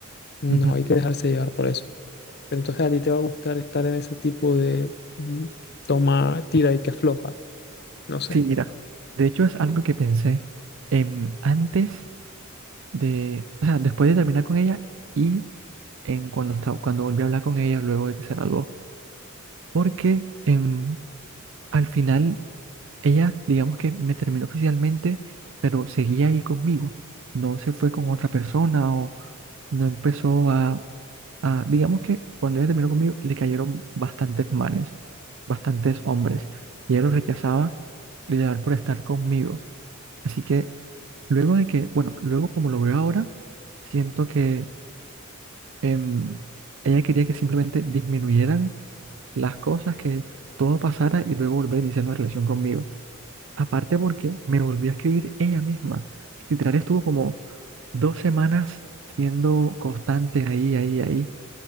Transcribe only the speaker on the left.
no
hay que dejarse llevar por eso. Pero entonces a ti te va a gustar estar en ese tipo de mm, toma, tira y que afloja. No sé.